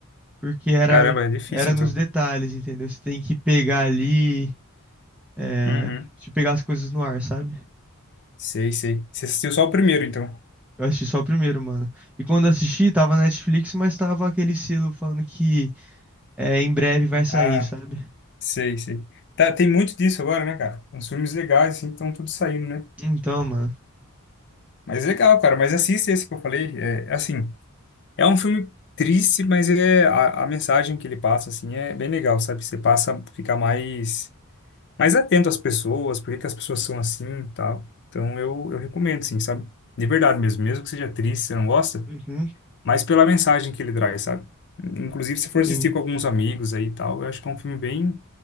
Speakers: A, in the centre; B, on the left (about 55°).
A: porque era
B: Caramba, é difícil,
A: era nos
B: então.
A: detalhes, entendeu? Você tem que pegar ali, é,
B: Uhum.
A: de pegar as coisas no ar, sabe?
B: Sei, sei. Você assistiu só o primeiro, então.
A: Eu assisti só o primeiro, mano. E quando assisti, tava na Netflix, mas tava aquele selo falando que é, em breve vai sair,
B: Ah,
A: sabe?
B: sei, sei. Tá, tem muito disso agora, né, cara? Uns filmes legais, assim, estão tudo saindo, né?
A: Então, mano.
B: Mas legal, cara. Mas assiste esse que eu falei. É, assim, é um filme triste, mas ele é, a, a mensagem que ele passa, assim, é bem legal, sabe? Você passa a ficar mais mais atento às pessoas, por que que as pessoas são assim e tal. Então eu, eu recomendo, sim, sabe? De verdade mesmo, mesmo que seja triste, você não gosta,
A: Uhum,
B: mas pela mensagem que ele traz, sabe? Inclusive, se for
A: sim.
B: assistir com alguns amigos aí e tal, eu acho que é um filme bem,